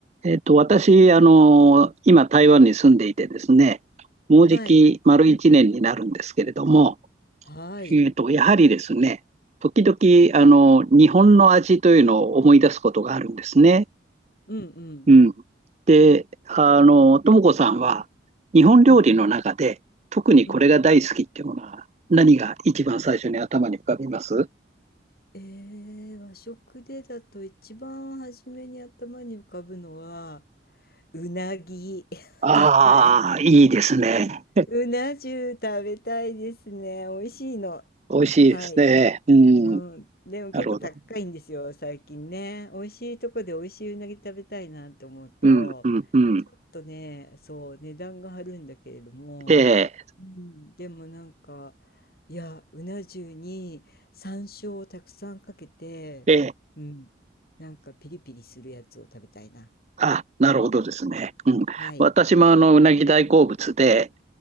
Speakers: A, on the right; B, on the left.
A: えっと、私、あの、今、台湾に住んでいてですね、もうじき丸一年になるんですけれども、
B: はい。はい。
A: えっと、やはりですね、時々、あの、日本の味というのを思い出すことがあるんですね。
B: うんうん
A: うん。で、あの、ともこさんは、日本料理の中で、
B: うん
A: 特にこれが大好きっていうものは、
B: うん。
A: 何が一番最初に頭に浮かびます
B: えー、和食でだと一番初めに頭に浮かぶのは、うなぎ。<laughs>
A: ああー、
B: はい。
A: いいですね。
B: うな重食べたいですね。美味しいの。
A: 美味しいですね。
B: はい。
A: うん。
B: うん。でも結構高いんですよ、
A: なるほど。
B: 最近ね。美味しいとこで美味しいうなぎ食べたいなって思うと、
A: うん、うん、うん。
B: ちょっとね、そう、値段が張るんだけれども、
A: ええ
B: うん、でもなんか、いや、うな重に山椒をたくさんかけて、
A: えー
B: うん、なんかピリピリするやつを食べたいな。
A: あ、なるほどですね。うん。
B: はい。
A: 私もあの、うなぎ大好物で、